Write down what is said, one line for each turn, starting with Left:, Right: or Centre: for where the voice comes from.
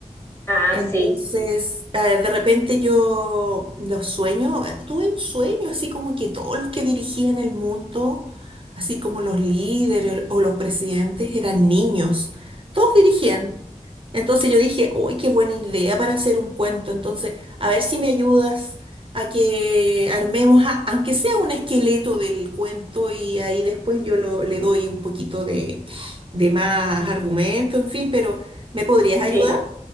Left: Ah,
Right: Entonces,
Left: sí,
Right: a ver, de repente yo los sueños, eh, tuve un sueño así como que todos los que dirigían el mundo, así como los líderes o los presidentes, eran niños, todos dirigían. Entonces yo dije, uy, qué buena idea para hacer un cuento, entonces, a ver si me ayudas a que armemos, a- aunque sea un esqueleto del cuento y ahí después yo lo- le doy un poquito de, de más argumento, en fin, pero ¿me podrías ayudar?
Left: sí.